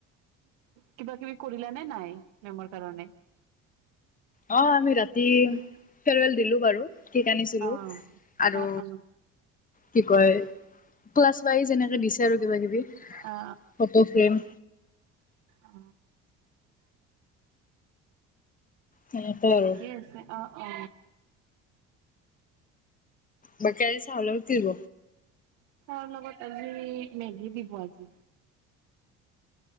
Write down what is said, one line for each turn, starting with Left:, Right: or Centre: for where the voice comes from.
Right: কিবা কিবি কৰিলা নে নাই মেমৰ কাৰণে
Left: অ আমি ৰাতি ফেৰৱেল দিলো বাৰু িক আনিছিলো
Right: অ
Left: আৰু
Right: অ অ
Left: কি কয় ক্লাছ ৱাইজ এনেকে দিছে আৰু কিবা কিবি
Right: অ অ
Left: ফটো ফ্ৰেম
Right: অ
Left: সেনেকে আৰু
Right: ঠিকেই আছে অ' অ'
Left: বাকে চাবলতি গ
Right: চাৰ প তজি মেগ বি ব আজি